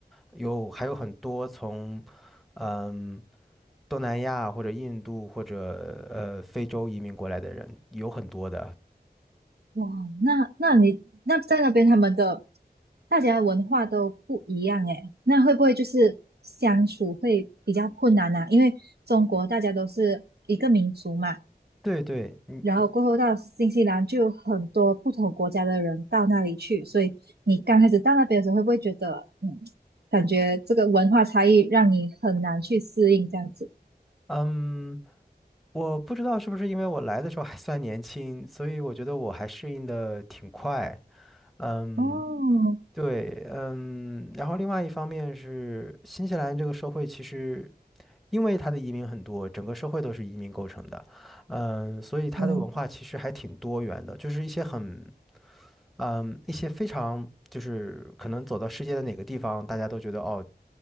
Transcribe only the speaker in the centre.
有还有很多从嗯东南亚或者印度或者呃非洲移民过来的人，有很多的。
对对，你
嗯。嗯我不知道是不是因为我来的时候还算年轻，所以我觉得我还适应的挺快。嗯，
对，嗯，然后另外一方面是新西兰这个社会其实因为它的移民很多，整个社会都是移民构成的，嗯，所以它的文化其实还挺多元的，
就是一些很，嗯，一些非常就是可能走到世界的哪个地方，大家都觉得哦，